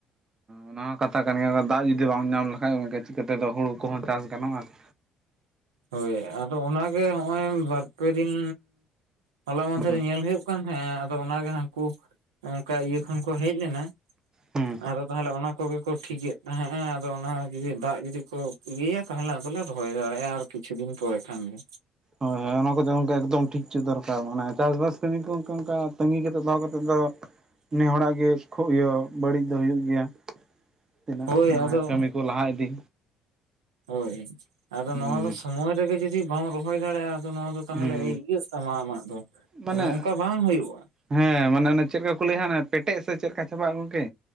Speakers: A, on the right; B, on the right.
A: ᱚᱱᱟ ᱦᱚᱸ ᱠᱟᱛᱷᱟ ᱠᱟᱱ ᱜᱮᱭᱟ, ᱫᱟᱜ ᱡᱩᱫᱤ ᱵᱟᱢ ᱧᱟᱢ ᱞᱮᱠᱷᱟᱡ ᱜᱚᱝᱠᱮ ᱪᱤᱠᱟᱹ ᱛᱮᱫᱚ ᱦᱩᱲᱩ ᱠᱚᱦᱚ ᱪᱟᱥ ᱜᱟᱱᱚᱜᱼᱟ ᱾
B: ᱦᱳᱭ ᱟᱫᱚ ᱚᱱᱟ ᱜᱮ ᱦᱚᱜᱼᱚᱭ ᱵᱟᱨᱯᱮ ᱫᱤᱱ, ᱦᱚᱞᱟ ᱢᱟᱫᱷᱮᱨ
A: ᱦᱩᱸ
B: ᱧᱮᱞ ᱦᱳᱭᱳᱜ ᱵᱟᱝ ᱦᱮᱸ ᱟᱫᱚ ᱚᱱᱟᱜᱮ ᱦᱟᱹᱱᱠᱩ, ᱚᱱᱠᱟ ᱤᱭᱟᱹ ᱠᱷᱚᱱ ᱠᱚ ᱦᱮᱡ ᱞᱮᱱᱟ ᱾
A: ᱦᱩᱸ
B: ᱟᱫᱚ ᱛᱟᱦᱚᱞᱮ ᱚᱱᱟ ᱠᱚᱜᱮ ᱠᱚ ᱴᱷᱤᱠᱮᱜ ᱾ ᱦᱮᱸᱜᱼᱮ ᱟᱫᱚ ᱚᱱᱟ ᱡᱩᱫᱤ ᱫᱟᱜ ᱡᱩᱫᱤ ᱠᱚ ᱤᱭᱟᱹᱭᱟ, ᱛᱟᱦᱚᱞᱮ ᱟᱫᱚᱞᱮ ᱨᱚᱦᱚᱭ ᱫᱟᱲᱮᱭᱟᱜᱼᱟ, ᱟᱨ ᱠᱤᱪᱷᱩ ᱫᱤᱱ ᱯᱚᱨᱮ ᱠᱷᱟᱱᱜᱮ
A: ᱦᱳᱭ ᱦᱳᱭ ᱚᱱᱟ ᱠᱚᱫᱚ ᱜᱚᱝᱠᱮ ᱮᱠᱫᱚᱢ ᱴᱷᱤᱠ ᱪᱚ ᱫᱚᱨᱠᱟᱨ ᱢᱟᱱᱮ ᱪᱟᱥᱵᱟᱥ ᱠᱟᱹᱢᱤ ᱠᱚ ᱚᱱᱠᱟ ᱚᱱᱠᱟ ᱛᱟᱺᱜᱤ ᱠᱟᱛᱮᱫ ᱫᱚᱦᱚ ᱠᱟᱛᱮᱫ ᱫᱚ ᱱᱮ ᱦᱚᱲᱟᱜ ᱜᱮ ᱠᱷᱩᱵ ᱤᱭᱟᱹ ᱵᱟᱹᱲᱤᱡ ᱫᱚ ᱦᱩᱭᱩᱜ ᱜᱮᱭᱟ ᱾ ᱛᱤᱱᱟᱹᱜ
B: ᱦᱳᱭ
A: ᱢᱟᱱᱮ
B: ᱟᱫᱚ
A: ᱠᱟᱹᱢᱤ ᱠᱚ ᱞᱟᱦᱟ ᱤᱫᱤ
B: ᱦᱳᱭ ᱟᱫᱚ
A: ᱦᱩᱸ
B: ᱱᱚᱣᱟ ᱫᱚ ᱥᱚᱢᱚᱭ ᱨᱮᱜᱮ ᱡᱩᱫᱤ ᱵᱟᱢ ᱨᱚᱦᱚᱭ ᱫᱟᱲᱮᱜᱼᱟ ᱾ ᱟᱫᱚ ᱱᱚᱣᱟ ᱫᱚ ᱛᱟᱦᱚᱞᱮ
A: ᱦᱩᱸ
B: ᱤᱭᱟᱹᱜ ᱛᱟᱢᱟ ᱟᱢᱟᱜ ᱫᱚ,
A: ᱢᱟᱱᱮ
B: ᱚᱱᱠᱟ ᱵᱟᱝ ᱦᱩᱭᱩᱜᱼᱟ ᱾
A: ᱦᱮᱸ ᱢᱟᱱᱮ ᱚᱱᱮ ᱪᱮᱫᱠᱟ ᱠᱚ ᱞᱟᱹᱭᱟ, ᱦᱟᱸᱜ ᱯᱮᱴᱮᱜ ᱥᱮ ᱪᱮᱫ ᱞᱮᱠᱟ ᱪᱟᱵᱟᱜᱼᱟ, ᱜᱚᱝᱠᱮ